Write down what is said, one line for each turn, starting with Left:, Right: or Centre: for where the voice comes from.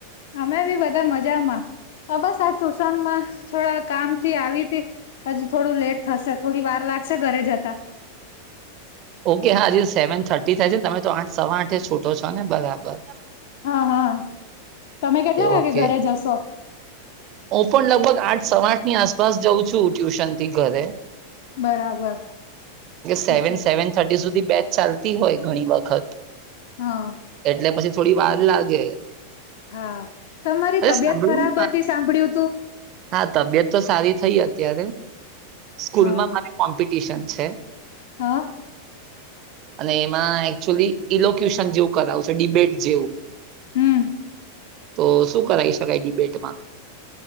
Left: અમે બી બધા મજામાં. હ, બસ આ ટુશનમાં થોડા કામથી આવી હતી. હજી થોડું લેટ થશે, થોડી વાર લાગશે ઘરે જતા.
Right: ઓકે, હા. હજી સેવન થર્ટી થાય છે ને? તમે તો આઠ સવા આઠે છૂટો છો ને, બરાબર? બસ.
Left: હા, હા. તમે કેટલા વાગે
Right: ઓકે
Left: ઘરે જશો?
Right: હું પણ લગભગ આઠ સવા આઠની આસપાસ જાઉં છું, ટ્યુશન થી ઘરે.
Left: બરાબર
Right: સેવન
Left: અચ્છા
Right: સેવન થર્ટી સુધી. બેચ ચાલતી હોય ઘણી વખત.
Left: હા.
Right: એટલે પછી થોડી વાર લાગે.
Left: હા, તમારી
Right: અરે
Left: તબિયત
Right: સાંભળ્યું
Left: ખરાબ
Right: ને મા-
Left: હતી, સાંભળ્યું તું.
Right: હા, તબિયત તો સારી થઇ. અત્યારે સ્કૂલમાં
Left: હા
Right: મા કોમ્પિટિશન છે.
Left: હા.
Right: અને એમાં એકચુલી ઇલોક્યુશન જેવું કરાવુ છે, ડિબેટ જેવું.
Left: હમ
Right: તો શું કરાવી શકાય ડિબેટમાં?